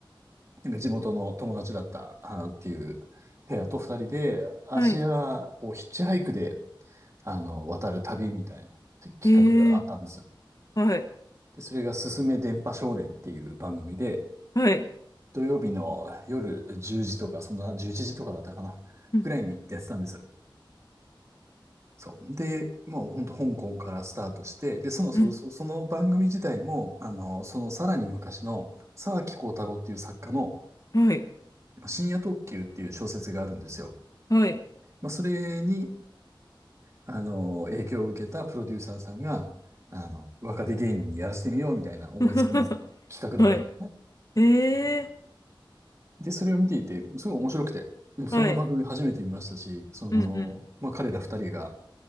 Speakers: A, on the right; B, on the left.
A: なんか地元の友達だったあーっていうペアと二人で、アジアをヒッチハイクで、
B: はい、
A: あの、渡る旅みたいな企画があったんですよ。
B: えー、はい、
A: で、それがすすめ電波少年っていう番組で、
B: はい、
A: 土曜日の夜10時とか、そんな11時とかだったかな、
B: うん、
A: ぐらいにやってたんです。そう。で、もう本当香港からスタートして、で、その、そ、
B: うん、
A: そその番組自体も、あの、そのさらに昔の沢木耕太郎っていう作家の
B: はい、
A: まあ深夜特急っていう小説があるんですよ。
B: はい、
A: まあ、それに、あの、影響を受けたプロデューサーさんが、あの、若手芸人にやらせてみようみたいな思いつきの企画だった。
B: <laughs> はい、え
A: で、それを見ていて、すごい面白くて、でもそんな番組初めて見ましたし、
B: ー、はい、
A: その、
B: うん、うん。
A: まあ彼ら二人が、